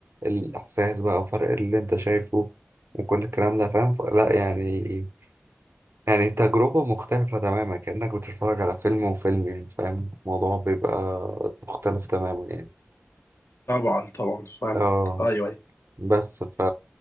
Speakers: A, on the right; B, on the left.
A: الإحساس بقى وفرق اللي انت شايفه وكل الكلام ده فاهم لا يعني يعني تجربة مختلفة تماما كأنك بتتفرج على فيلم وفيلم يعني فاهم الموضوع بيبقى مختلف تماما يعني
B: طبعا طبعا فاهمك
A: اه
B: ايوه ايوه
A: بس ف...